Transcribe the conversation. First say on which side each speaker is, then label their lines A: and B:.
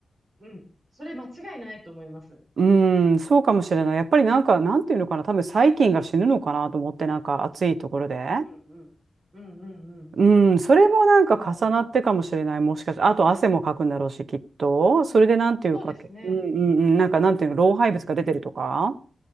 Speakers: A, on the right; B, on the right.
A: うん。それ間違いないと思います。
B: うーん、そうかもしれない。やっぱりなんか、なんていうのかな、多分細菌が死ぬのかなと思って、なんか暑いところで。
A: うん、うん。うん、うん、うん。
B: うん、それもなんか重なってかもしれない。
A: なんか、
B: もしかして、あと汗もかくんだろうし、きっと。それでなんていうか、
A: そうですね。
B: けうんうんうん、なんかなんていうの、老廃物が出てるとか。